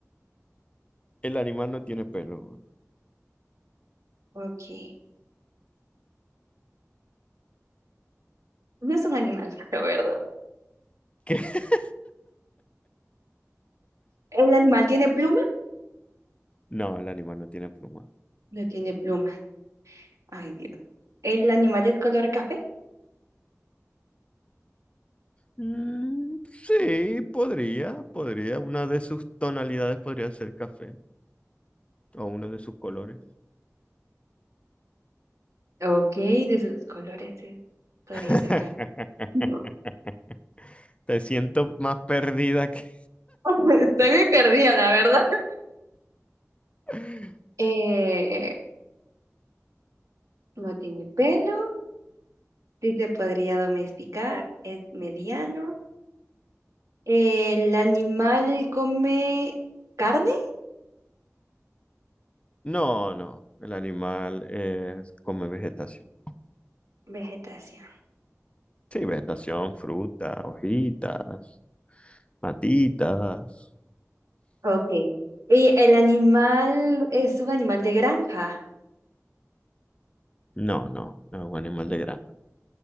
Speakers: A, on the left; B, on the right.
A: El animal no tiene pelo. bro.
B: Ok. No es un animal raro, ¿verdad?
A: ¿Qué? <laughs>
B: ¿El animal tiene pluma?
A: No, el animal no tiene pluma.
B: No tiene plumas. Ay, Dios. ¿El animal es color café?
A: Mm, sí, podría, podría. Una de sus tonalidades podría ser café o uno de sus colores.
B: Ok, de sus colores es- podría
A: <laughs>
B: ser café. No.
A: Te siento más perdida que...
B: <laughs> Estoy muy perdida, la verdad.
A: <laughs>
B: Eh, No tiene pelo, sí se podría domesticar, es mediano. ¿El animal come carne?
A: No, no, el animal es, come vegetación.
B: Vegetación.
A: Sí, vegetación, fruta, hojitas, matitas.
B: Ok. ¿Y el animal es un animal de granja?
A: No, no, no es un animal de grano.